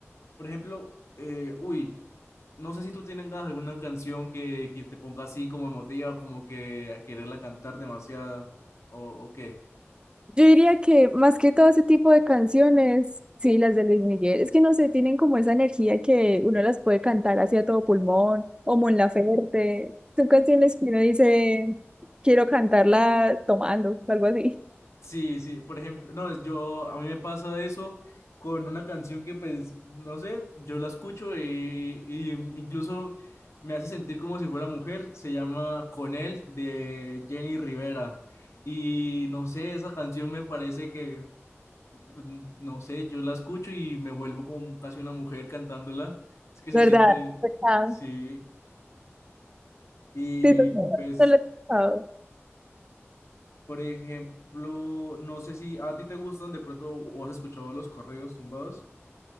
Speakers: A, on the left (about 75°); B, on the right (about 20°).
A: por ejemplo, eh, uy, no sé si tú tienes alguna canción que, que te ponga así como emotiva, como que a quererla cantar demasiado o, o qué.
B: Yo diría que más que todo ese tipo de canciones, sí, las de Luis Miguel, es que no sé, tienen como esa energía que uno las puede cantar hacia todo pulmón, o Mon Laferte, son canciones que uno dice, quiero cantarla tomando, o algo así,
A: Sí, sí, por ejemplo, no, es yo, a mí me pasa eso con una canción que pues, no sé, yo la escucho y, y mm, incluso me hace sentir como si fuera mujer, se llama Con él de Jenny Rivera y no sé, esa canción me parece que, mm, no sé, yo la escucho y me vuelvo como casi una mujer cantándola, es que se
B: ¿verdad?
A: siente,
B: Ah,
A: sí, y
B: sí, no- no
A: pues
B: no lo he escuchado.
A: Por ejemplo, no sé si a ti te gustan de pronto o has escuchado los correos tumbados.